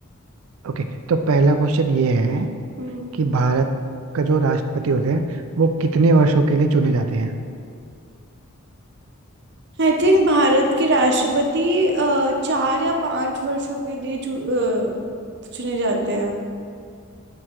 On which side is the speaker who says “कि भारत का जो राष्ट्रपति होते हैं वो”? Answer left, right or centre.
Right